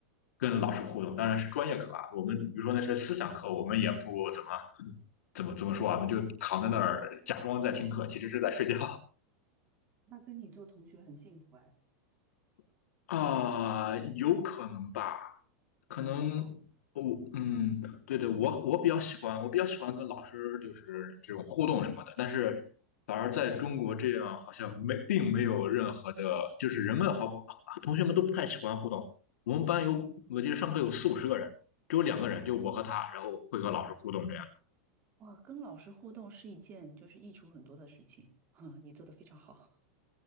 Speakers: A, on the left (about 75°); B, on the right (about 25°).
A: 跟老师互动，当然是专业课啊。我们比如说那些思想课，我们也不怎么怎么怎么说啊，我们就躺在那儿假装在听课，其实是在睡觉
B: 那跟你做同学很幸福哎。
A: <laughs> 啊，有可能吧。可能
B: 哦，我
A: 我嗯，对对，我我比较喜欢，我比较喜欢跟老师就是这种互动什么的，但是反而在中国这样好像没并没有任何的，就是人们好同学们都不太喜欢互动。我们班有，我记得上课有四五十个人，只有两个人，就我和他，然后会和老师互动这样。
B: 哇，跟老师互动是一件就是益处很多的事情，<laughs> 哼，你做的非常好。